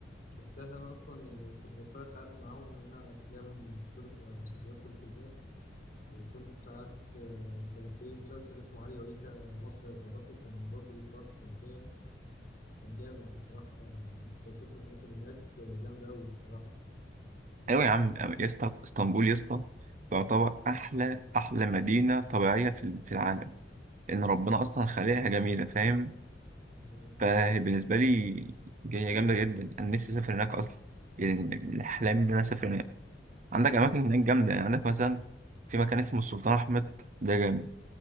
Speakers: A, on the left; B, on the right.
A: شفتها أنا أصلا يعني كنت بتفرج ساعات معاهم هنا على أفلام تركي أو مسلسلات تركي وكده وكنت ساعات آه، كان في مسلسل اسمه علي وريكا مصري لو تعرفه كان برضه بيتصور في تركيا كان جامد بصراحة كنت بشوف الأماكن هناك جامدة أوي بصراحة
B: ايوه يا عم يا اسطى اسطنبول يا اسطى تعتبر احلى احلى مدينه طبيعيه في في العالم ان ربنا اصلا خلقها جميله فاهم
A: مم.
B: فهي بالنسبة لي هي جامدة جدا أنا نفسي أسافر هناك أصلا يعني من الأحلام إن أنا أسافر هناك عندك أماكن هناك جامدة يعني عندك مثلا في مكان اسمه السلطان أحمد ده جامد